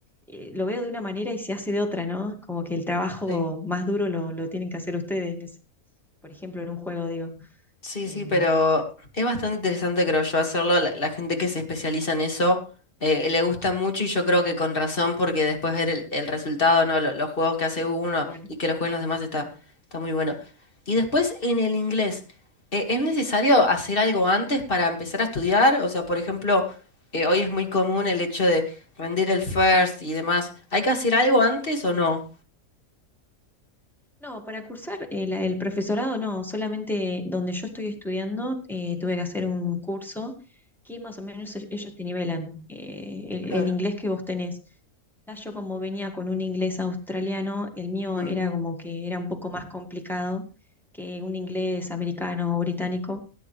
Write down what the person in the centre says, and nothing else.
eh, lo veo de una manera y se hace de otra, ¿no? Como que el trabajo
más duro lo, lo tienen que hacer ustedes, en ese- por ejemplo, en un juego, digo.
Eh,
quizás,
ah, bueno,
sí.
No, para cursar el, el profesorado no, solamente donde yo estoy estudiando eh, tuve que hacer un curso que más o menos e- ellos te nivelan eh,
el, el inglés que vos tenés. Ya Yo como venía con un inglés australiano, el mío
era como que era un poco más complicado que un inglés americano o británico.